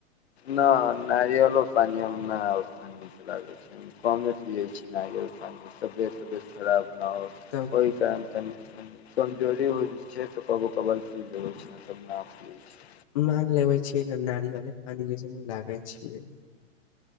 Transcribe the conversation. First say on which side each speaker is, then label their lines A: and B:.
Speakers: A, on the left; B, on the left.
A: न नारियल पान हम अ नीक लागे छै क पिय छी नारियलान खराब आओर
B: तब
A: ओहि टाइम कमजोरी हो छै तऽ कबो कबल पी लबे छैलब नाप पियै छै।
B: मांग लेबे छियै नारियले पानि जस लागै छियै